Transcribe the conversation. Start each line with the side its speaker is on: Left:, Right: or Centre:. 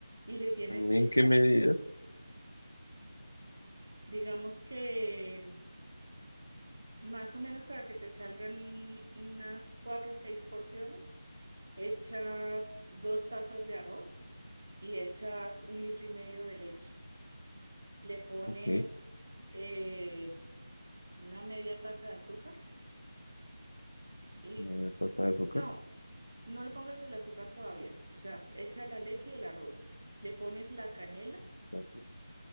Right: Y le tienes que
Left: ¿En
Right: echar
Left: qué medidas?
Right: Digamos que más o menos para que te salgan unas cuatro o seis porciones, echas dos tazas de arroz y echas un litro y medio de leche. Le pones
Left: Ok.
Right: eh, una media taza de azúcar y
Left: Eh, pasta de azúcar.
Right: no, no le pongas el azúcar todavía. O sea, echa la leche y el arroz. Le pones la canela
Left: Gracias.